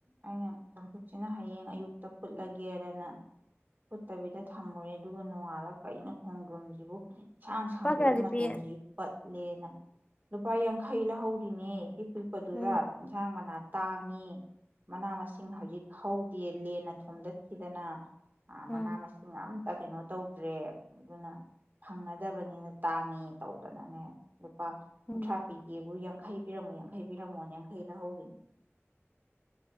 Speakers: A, on the right; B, on the left.
A: ꯑ ꯆ ꯁꯤꯅ ꯍꯌꯦꯡ ꯑꯌꯨꯛꯇ ꯐꯨꯠꯂꯒꯦꯗꯅ ꯐꯨꯠꯇꯕꯤꯗ ꯊꯝꯃꯨꯔꯦ ꯑꯗꯨꯒ ꯅꯣꯡꯉꯥꯜꯂꯛꯄ ꯑꯩꯅ ꯈꯣꯡꯗ꯭ꯔꯣꯨꯝꯁꯤꯕꯨ ꯏꯁꯥꯡ ꯁꯥꯡꯗꯣꯛꯏꯦ
B: ꯂꯨꯄꯥ ꯀꯌꯥꯗꯤ
A: ꯃꯇꯣꯟꯁꯤꯁꯨ
B: ꯄꯤ
A: ꯀꯠꯂꯦꯅ ꯂꯨꯄꯥ ꯌꯥꯡꯈꯩ ꯂꯧꯍꯧ ꯕꯤꯅꯤꯠ ꯄꯤꯛ ꯄꯤꯛꯄꯗꯨꯗ
B: ꯎꯝ
A: ꯏꯟꯁꯥꯡ ꯃꯅꯥ ꯪꯉ ꯃꯅꯥ ꯃꯁꯤꯡ ꯍꯧꯖꯤꯛ ꯍꯧꯗꯦ ꯂꯦꯟꯅ ꯊꯣꯝꯗꯠꯈꯤꯗꯅ ꯑ
B: ꯎꯝ
A: ꯃꯅꯥ ꯃꯁꯤꯡ ꯑ ꯇ ꯀꯩꯅꯣ ꯇꯧꯗ꯭ꯔꯦ ꯑꯗꯨꯅ ꯐꯪꯅꯗꯕꯅꯤꯅ ꯇꯥꯡꯉꯤ ꯇꯧꯗꯅꯅꯦ ꯄꯥ
B: ꯎꯝ
A: ꯀꯨꯟꯊ꯭ꯔꯥ ꯄꯤꯒꯦꯕꯨ ꯌꯥ ꯈꯩ ꯄꯔꯝꯃꯨ ꯌꯥꯡꯈꯩ ꯄꯕꯤꯔꯝꯃꯣ ꯌꯥꯡꯈꯩ ꯂꯧꯍꯧꯒꯅꯤ